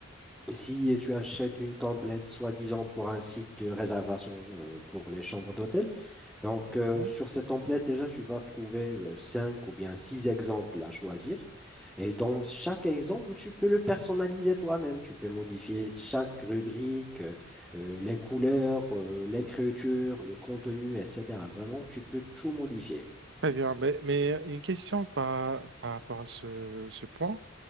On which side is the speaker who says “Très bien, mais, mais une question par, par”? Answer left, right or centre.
Right